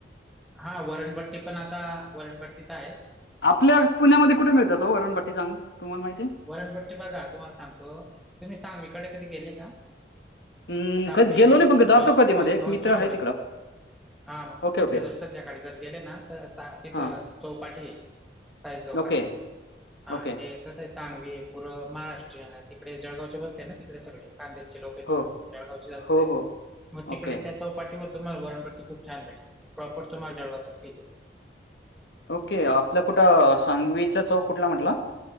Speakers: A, in the centre; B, on the left (about 70°).
A: हां वरणंपट्टी पणं आंता वरणंपट्टी तरं आहेचं
B: आपल्या पुण्यांमध्ये कुठे मिळतांत तं अरुंण भट्टी सांग तुम्हांला माहिती आहे.
A: वरणंपट्टी बघां तुम्हांला सांगतो तुम्हीं सांग इकडे कधीं गेले कां
B: अं,
A: सांगवीरे
B: कधी गेलो नाही पण जातो
A: अं
B: कधीमध्ये. एक मित्र
A: नच्यां
B: आहे
A: पुढे
B: तिकडं.
A: हां मगं
B: ओके,
A: तिथं
B: ओके.
A: जरं संध्याकाळी जरं गेले नां तरं तिथं
B: हां.
A: चौपाटी साई चौकांत
B: ओके,
A: हां
B: ओके.
A: ते कसं आहे सांगवे पुरं महाराष्ट्र तिकडे जळगांवचे बसले नां तिकडे सगळें कांद्याचे लोकं आहे
B: हो,
A: तिकडे जळगांवचे जास्तं
B: हो,
A: आहे
B: हो.
A: मगं तिकडे
B: ओके,
A: त्यां चौपाठीवर तुम्हांला वरणंपट्ट खूंप छांन भेण प्रॉपर तुमाला जळगांवचा फील
B: ओके आपलं कुठं सांगवीचा चौक कुठलां म्हंटला